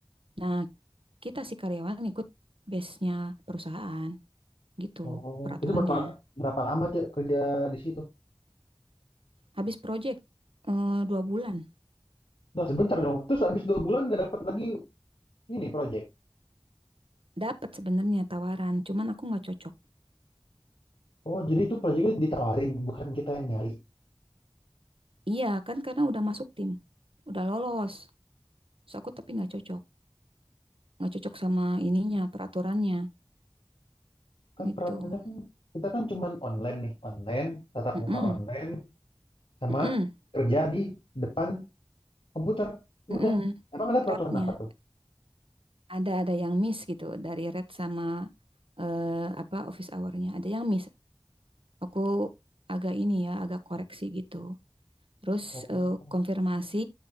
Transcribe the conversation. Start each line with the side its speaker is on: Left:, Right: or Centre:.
Right: Nah, kita si karyawan ikut base-nya perusahaan gitu
Left: Oh,
Right: peraturannya.
Left: itu berapa berapa lama Cek, kerja di situ?
Right: Habis project eh, dua bulan
Left: Nah, sebentar dong. Terus habis dua bulan nggak dapat lagi ini project.
Right: dapat sebenarnya tawaran, cuman aku nggak cocok.
Left: Oh, jadi itu projectnya ditawarin, bukan kita yang nyari.
Right: Iya kan karena udah masuk tim, udah lolos. So aku tapi nggak cocok, nggak cocok sama ininya peraturannya
Left: Kan
Right: gitu.
Left: peraturannya kan kita kan cuman online nih, online, tatap
Right: Mm-mm,
Left: muka online, sama
Right: mm-mm,
Left: kerja di depan komputer.
Right: mm-mm.
Left: Udah. Emang ada peraturan
Right: Rednya
Left: apa tuh?
Right: ada ada yang miss gitu dari red sama eh, apa office hour-nya ada yang miss. Aku agak ini ya, agak koreksi gitu. Terus
Left: Oh.
Right: eh, konfirmasi